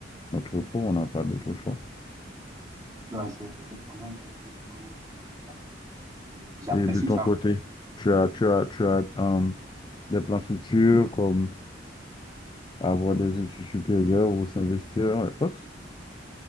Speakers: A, on the left (about 25°); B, on the right (about 20°).
A: notre peau, on n'a pas d'autre choix.
B: ouais, c'est c'est vraiment intéressant ce que vous voulez dire. Euh, J'apprécie
A: Et de ton
B: ça.
A: côté, tu as, tu as, tu as, euh, des plans futurs comme avoir des études supérieures ou s'investir et autres.